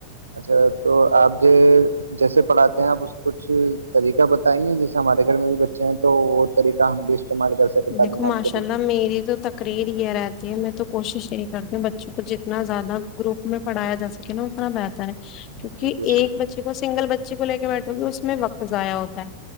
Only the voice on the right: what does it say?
اچھا تو آپ ج جیسے پڑھاتے ہیں آپ اس کچھ طریقہ بتائیں گے جیسے ہمارے گھر میں بھی بچے ہیں تو وہ طریقہ ہم بھی استعمال کر سکیں تعلیمات
کے لیے
جی بے شک